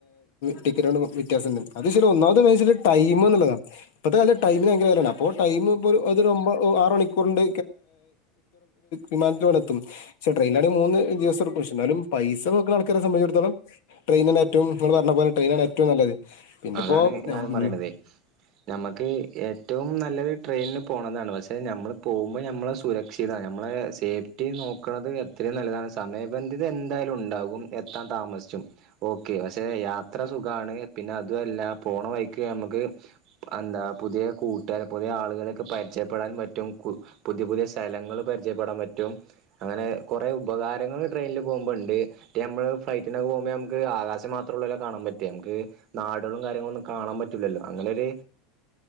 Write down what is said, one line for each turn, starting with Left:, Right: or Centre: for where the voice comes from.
Left: ടിക്കറ്റ് കൊണ്ട് വ്യത്യാസംണ്ട് അത് പക്ഷേ ഒന്നാമത് വച്ചൽ ടൈം എന്നുള്ളതാണ് ഇപ്പോഴത്തെ കാലത്ത് ടൈമിന് ഭയങ്കര വിലയാണ് അപ്പോൾ ടൈം ഇപ്പോൾ ഒരു ഒമ്പ ഒ ആറ് മണിക്കൂറുണ്ട് വിമാനത്തിലങ്ങട് എത്തും പക്ഷേ ട്രെയിനിലാണ്ങ്കിൽ മൂന്ന് ദിവസം എടുക്കും പക്ഷേ എന്നാലും പൈസ നോക്കുന്ന ആൾക്കാരെ സംബന്ധിച്ചിടത്തോളം ട്രെയിനാണ് ഏറ്റവും നിങ്ങള് പറഞ്ഞ പോലെ ട്രെയിനാണ് ഏറ്റവും നല്ലത് പിന്നെപ്പോ
Right: അതാണ് ഞാനും
Left: ഉം
Right: പറയണത് നമ്മുക്ക് ഏറ്റവും നല്ലത് ട്രെയിനില് പോണതാണ് പക്ഷെ ഞമ്മൾ പോകുമ്പോൾ ഞമ്മളെ സുരക്ഷിത ഞമ്മളെ സേഫ്റ്റി നോക്കണത് എത്രയും നല്ലതാണ് സമയബന്ധിത എന്തായാലും ഉണ്ടാകും എത്താൻ താമസിച്ചും ഓക്കെ പക്ഷെ യാത്ര സുഖമാണ് പിന്നെ ഇതല്ല പോണ വഴിക്ക് ഞമ്മുക്ക് എന്താ പുതിയ കൂട്ടുകാരെ പുതിയ ആളുകളൊക്കെ പരിചയപ്പെടാൻ പറ്റും കു പുതിയ പുതിയ സ്ഥലങ്ങളും പരിചയപ്പെടാൻ പറ്റും അങ്ങനെ കൊറേ ഉപകാരങ്ങൾ ട്രെയിനില് പോകുമ്പോ ഒണ്ട്. മറ്റേ നമ്മള് ഫ്ലൈറ്റിന് പോകുമ്പെ നമുക്ക് ആകാശം മാത്രം ഉള്ളല്ലോ കാണാൻ പറ്റ്ആ നമുക്ക് നാടുകളും കാര്യങ്ങളൊന്നും കാണാൻ പറ്റൂല്ലല്ലോ അങ്ങനൊര്